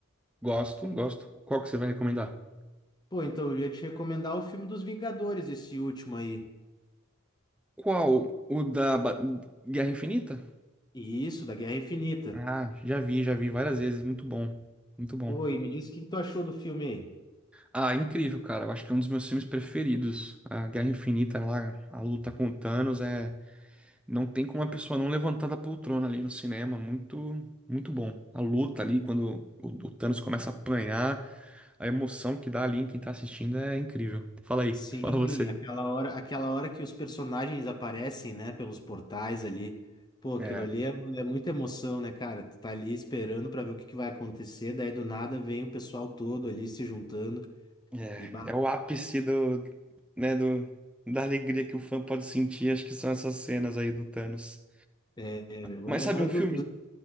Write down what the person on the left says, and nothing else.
Pô, então eu ia te recomendar o filme dos Vingadores, esse último aí.
E isso, da Guerra Infinita.
Pô, e me diz o que que tu achou do filme aí.
Sim,
aquela hora, aquela hora que os personagens aparecem, né, pelos portais ali. Pô, aquilo
ali é, é muita emoção, né, cara? Tu tá ali esperando pra ver o que que vai acontecer, daí do nada vem o pessoal todo ali se juntando
e bah,
é, é, meu, mas
agora
do,
do-